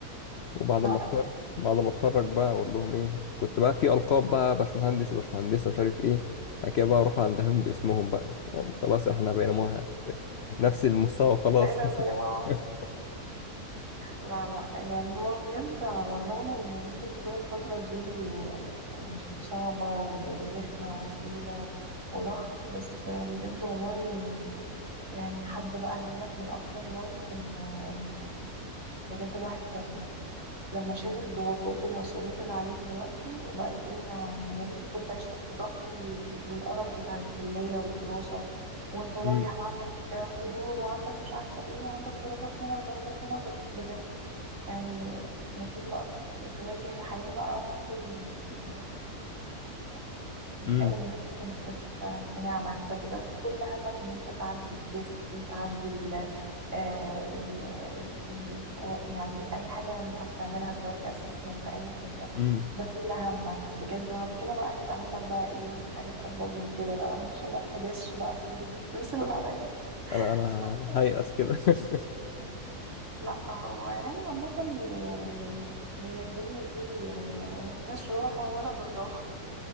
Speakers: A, on the left; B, on the right.
A: وبعد
B: لا
A: ما اتخرج بعد ما اتخرج بقى اقول لهم ايه كنت بقى في القاب بقى باشمهندس باشمهندسه مش عارف ايه بعد كده بقى اروح عندهم باسمهم بقى هم خلاص احنا بقينا مه... نفس المستوى خلاص
B: بقينا زي بعض
A: <laughs>
B: لا لا يعني هو بجد على الرغم ان ممكن تكون الفترة دي صعبة و- ورخمة وتقيلة و- وضغط بس بجد والله يعني حد بقى جاي لك من الافتر لايف ان ان بجد الواحد كان لما شاف الضغوطات والمسؤوليات اللي عليه دلوقتي بقى يقول يعني يا ريتني كنت عشت في الضغط وال- والقرف بتاع الكلية والدراسة وانت رايح
A: امم
B: وعندك حضور وعندك مش عارفة ايه وعندك درجات هنا ودرجات هنا ودرجات بجد يعني ما تيجي بقى ت- تواجه الحياة بقى بعد ال- الدراسة والحياة دي كلها هتلاقي
A: امم
B: إن أنت كنت في في نعمة أنت دلوقتي كل همك إن أنت تعدي التيست تعدي ال آه، ال ال- ال- و- يعني أي حاجة أنت بتعملها دلوقتي أسسمنت أي حاجة
A: امم
B: ده كل همك بجد بعد كده بقى هيبقى همك بقى إيه حاجات أكبر من كده بقى عشان ما تحبسش بقى عشان دي دي الفلوس اللي عليا <laughs>
A: انا انا أنا هيأس كده <laughs>
B: لا هو يعني عامة يعني هي الدنيا دي يعني ما فيهاش راحة ولا بالراحة